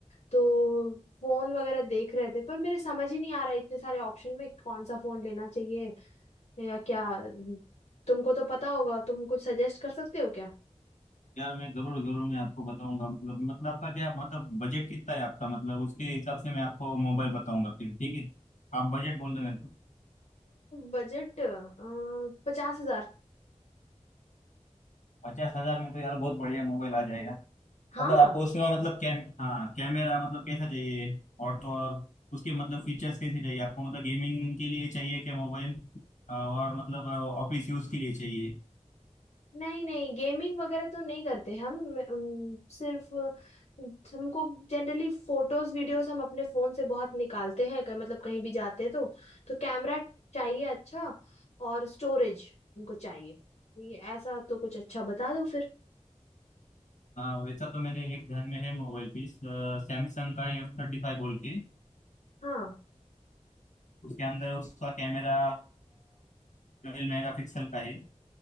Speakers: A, on the left (about 65°); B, on the left (about 85°).
A: तो फोन वगैरह देख रहे थे पर मेरे समझ ही नहीं आ रहा है इतने सारे ऑप्शन में कौन सा फोन लेना चाहिए या क्या तुमको तो पता होगा तुम कुछ सजेस्ट कर सकते हो क्या
B: यार मैं जरूर जरूर मैं आपको बताऊंगा मतलब मतलब आपका क्या मतलब बजट कितना है आपका मतलब उसके हिसाब से मैं आपको मोबाइल बताऊंगा फिर ठीक है आप बजट बोल दो मेरे को
A: बजट पचास हजार
B: पचास हजार में तो यार बहुत बढ़िया मोबाइल आ जाएगा
A: हाँ
B: मतलब आपको उसमें मतलब कैम हाँ कैमरा मतलब कैसा चाहिए और तो और उसके मतलब फीचर्स कैसे चाहिए आपको मतलब गेमिंग के लिए चाहिए क्या मोबाइल और मतलब ऑफिस यूज के लिए चाहिए
A: नहीं नहीं गेमिंग वगैरह तो नहीं करते हम अम, सिर्फ अम, हमको जनरली फोटोज वीडियोस हम अपने फोन से बहुत निकालते हैं क- मतलब कहीं भी जाते हैं तो तो कैमरा चाहिए अच्छा और स्टोरेज हमको चाहिए ये ऐसा तो कुछ अच्छा बता दो फिर
B: हाँ वैसा तो मेरे एक ध्यान में है मोबाइल पीस सैमसंग का एफ थर्टी फाइव बोल के
A: हाँ
B: उसके अंदर उसका कैमरा ट्वेल्व मेगा पिक्सल का है